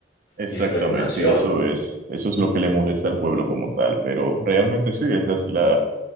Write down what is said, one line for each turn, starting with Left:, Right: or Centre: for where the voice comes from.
Right: Exactamente,
Left: y sin regulación.
Right: y eso es, eso es lo que le molesta al pueblo como tal, pero realmente sí, esa es la...